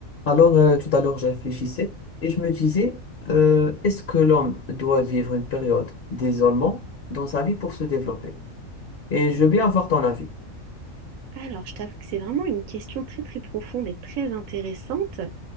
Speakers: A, on the left; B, on the right.
A: Alors, euh, tout à l'heure, je réfléchissais et je me disais, euh, est-ce que l'homme doit vivre une période d'isolement dans sa vie pour se développer? Et je veux bien avoir ton avis.
B: Alors, je t'avoue que c'est vraiment une question très très profonde et très intéressante.